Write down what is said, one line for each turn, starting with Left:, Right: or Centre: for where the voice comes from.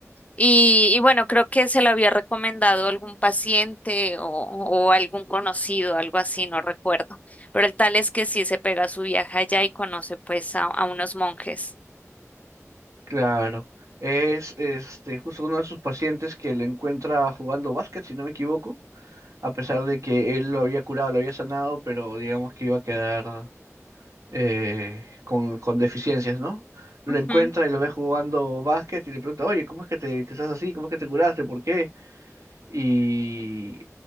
Left: Y, y bueno, creo que se lo había recomendado algún paciente o, o algún conocido, algo así, no recuerdo. Pero el tal es que sí se pega su viaje allá y conoce pues a, a unos monjes.
Right: Claro. Es este justo uno de sus pacientes que le encuentra jugando básquet, si no me equivoco a pesar de que él lo había curado, lo había sanado, pero digamos que iba a quedar eh, con, con deficiencias, ¿no? Lo
Left: Ujú.
Right: encuentra y lo ve jugando básquet y le pregunta, oye, ¿cómo es que te que estás así? ¿Cómo es que te curaste? ¿Por qué? Y